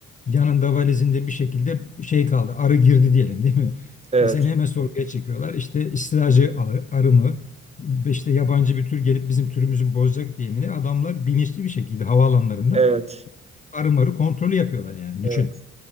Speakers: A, on the left; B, on the right.
A: Yanında valizinde bir şekilde şey kaldı. Arı girdi diyelim değil mi?
B: evet,
A: E, Seni hemen sorguya çekiyorlar. İşte istilacı arı, arı mı? Ve işte yabancı bir tür gelip bizim türümüzü bozacak diye mi? ne? Adamlar bilinçli bir şekilde havaalanlarında
B: evet,
A: arı marı kontrolü yapıyorlar yani.
B: evet,
A: Düşün.